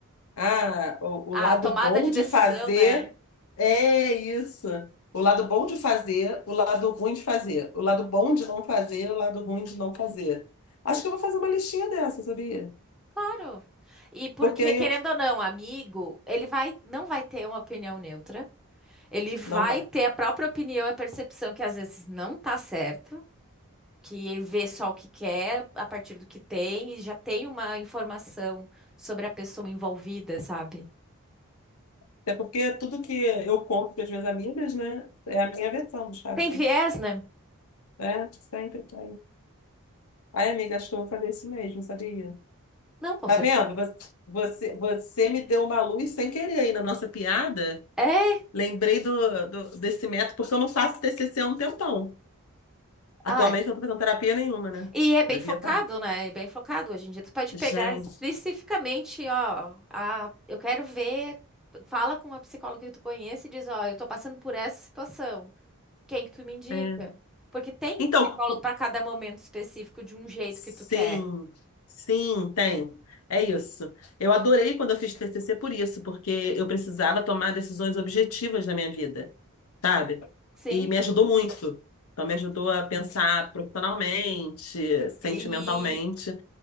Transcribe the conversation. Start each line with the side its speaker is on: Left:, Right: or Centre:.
Left: Ah, o,
Centre: A
Left: o lado
Centre: tomada
Left: bom
Centre: de
Left: de
Centre: decisão,
Left: fazer
Centre: né?
Left: é isso. O lado bom de fazer, o lado ruim de fazer. O lado bom de não fazer, o lado ruim de não fazer. Acho que eu vou fazer uma listinha dessa, sabia?
Centre: Claro. E porque,
Left: Porque aí
Centre: querendo
Left: eu.
Centre: ou não, amigo, ele vai, não vai ter uma opinião neutra. Ele vai
Left: Não vai.
Centre: ter a própria opinião e a percepção que às vezes não tá certo, que vê só o que quer a partir do que tem e já tem uma informação sobre a pessoa envolvida, sabe?
Left: Até porque tudo que eu conto para as minhas amigas, né, é a minha versão dos fatos.
Centre: Tem viés, né?
Left: né? sempre tem. Ai, amiga, acho que eu vou fazer isso mesmo, sabia?
Centre: Não, com
Left: Tá
Centre: certeza.
Left: vendo? Você, você, você me deu uma luz sem querer aí na nossa piada.
Centre: É.
Left: Lembrei do, do- desse método, porque eu não faço TCC há um tempão. Atualmente
Centre: Ah,
Left: eu não tô fazendo terapia nenhuma, né?
Centre: e é bem
Left: Devia
Centre: focado,
Left: estar.
Centre: né? É bem focado. Hoje em dia tu pode
Left: Gente.
Centre: pegar especificamente, ó, a, eu quero ver, fala com uma psicóloga que tu conhece e diz, ó, eu tô passando por essa situação. Quem que tu me indica?
Left: é.
Centre: Porque tem
Left: Então,
Centre: um psicólogo para cada momento específico de um jeito
Left: Sim,
Centre: que tu quer.
Left: sim, tem. É isso. Eu adorei quando eu fiz TCC por isso, porque eu precisava tomar decisões objetivas na minha vida, sabe?
Centre: Sim.
Left: E me ajudou muito. Então, me ajudou a pensar profissionalmente, sentimentalmente.
Centre: E,